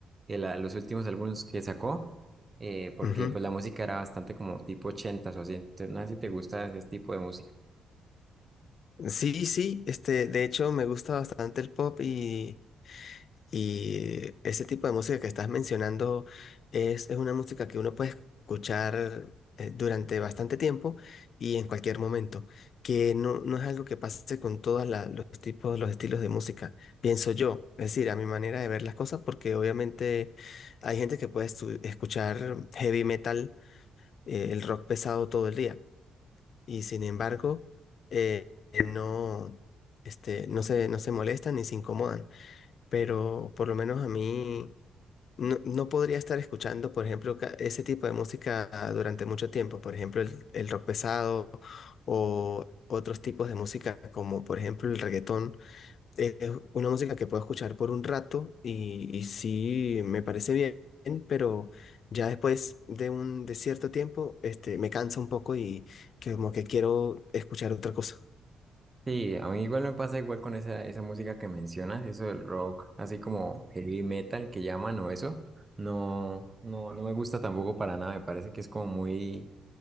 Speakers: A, on the right; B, on the left.
A: el- a- los últimos álbumes que sacó, eh, porque
B: ujú.
A: pues la música era bastante como tipo ochentas o así. Entonces, no sé si te gusta ese tipo de música.
B: Sí, sí, este, de hecho me gusta bastante el pop y, Y ese tipo de música que estás mencionando es, es una música que uno puede escuchar eh, durante bastante tiempo y en cualquier momento, que no, no es algo que pase con todos los tipos, los estilos de música, pienso yo, es decir, a mi manera de ver las cosas, porque obviamente hay gente que puede estu- escuchar heavy metal, eh, el rock pesado todo el día, y sin embargo, eh, no, este, no se, no se molestan ni se incomodan pero por lo menos a mí no, no podría estar escuchando, por ejemplo, ca- ese tipo de música durante mucho tiempo, por ejemplo, el, el rock pesado o otros tipos de música como por ejemplo el reggaetón, es una música que puedo escuchar por un rato y, y sí me parece bien. pero ya después de un de cierto tiempo, este, me cansa un poco y que como que quiero escuchar otra cosa.
A: Sí, a mí igual me pasa igual con esa, esa música que mencionas, eso del rock, así como heavy metal que llaman o eso. No, no, no me gusta tampoco para nada, me parece que es como muy,